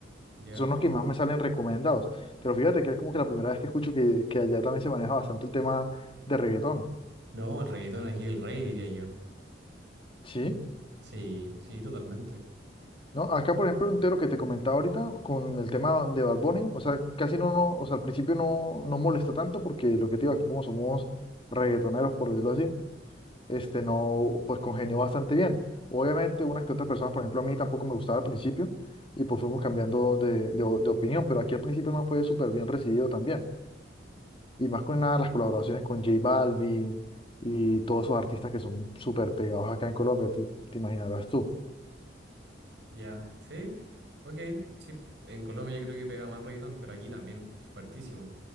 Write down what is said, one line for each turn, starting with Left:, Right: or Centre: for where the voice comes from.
Right: ¿Ya?
Left: son los que más me salen recomendados. Pero fíjate que es como que la primera vez que escucho que, que allá también se maneja bastante el tema de reggaetón,
Right: No, el reggaetón aquí, es el rey, diría yo.
Left: ¿sí?
Right: Sí, sí, totalmente.
Left: No, acá por ejemplo un tero que te comentaba ahorita con el tema de Bad Bunny, o sea, casi no, no, o sea, al principio no, no molesta tanto porque lo que te digo aquí como somos reggaetoneros, por decirlo así, este no, pues congenió bastante bien. Obviamente unas que otras personas, por ejemplo, a mí tampoco me gustaba al principio y pues fuimos cambiando de, de, de opinión, pero aquí al principio el man fue súper bien recibido también. Y más con nada las colaboraciones con J Balvin y todos esos artistas que son súper pegados acá en Colombia, te te imaginarás tú.
Right: Ya, sí, ok, sí. En Colombia yo creo que pega mal el reggaetón, pero aquí también, fuertísimo.